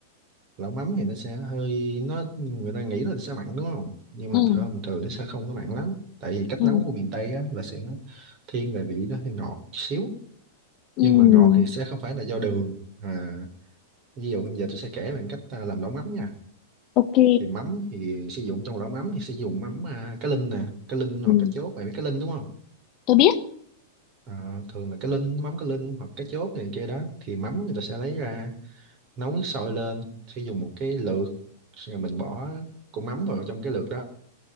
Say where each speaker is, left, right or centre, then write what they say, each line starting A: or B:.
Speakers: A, on the right; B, on the left.
A: lẩu mắm thì nó sẽ hơi nó người ta nghĩ là sẽ mặn đúng không nhưng
B: Ừ,
A: mà thường thường nó sẽ không có mặn lắm tại vì cách
B: ừ,
A: nấu của miền Tây á, là sẽ thiên về vị nó hơi ngọt xíu
B: ừ,
A: nhưng mà ngọt thì sẽ không phải là do đường à, ví dụ giờ tôi sẽ kể bạn cách à, làm lẩu mắm nha
B: ok.
A: thì mắm thì sử dụng trong lẩu mắm thì sử dụng mắm à, cá linh nè cá linh hoặc
B: Ừ,
A: cá chốt bạn biết cá linh đúng không
B: tôi biết.
A: Ờ, thường là cái link mắm cái link hoặc cái chốt này kia đó thì mắm người ta sẽ lấy ra nấu nước sôi lên sẽ dùng một cái lược xong rồi mình bỏ con mắm vào trong cái lược đó